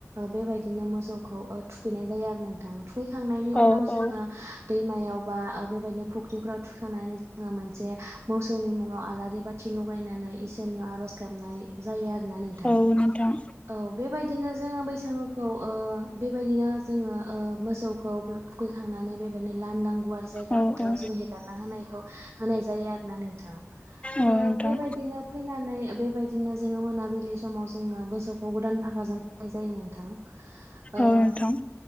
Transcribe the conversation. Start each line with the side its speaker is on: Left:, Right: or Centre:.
Right: बेबायदिनो मोसौखौ थुखैनाय जायो आरो नों थां थुखैखांनायनि उनाव
Left: औ
Right: जोङो
Left: औ
Right: दैमायावबा बेबायदिनो फुख्रिफोराव थुखांनानै जों मोनसे मो सौनि मुङाव आलारि बाथि लगायनानै इसोरनियाव आरज गाबनाय जायो आरोना। नोंथाङा
Left: औ नोंथां
Right: औ बेबायदिनो जोङो बैसागुखौ ओ बेबायदिनो जोङो ओ मोसौखौ बे थुखैखांनानै बेबायदिनो लानदां गुवार जायगा
Left: औ
Right: फोथाराव
Left: औ
Right: जों हेगारना होनायखौ होनाय जायो आरोना नोंथां
Left: औ नोंथां
Right: बेबायदिनो फैनानै बेबायदिनो जोङो मोनाबिलि समाव जोङो मोसौखौ गोदान फाखाजों खनाय जायो नोंथां। ओ
Left: औ नोंथां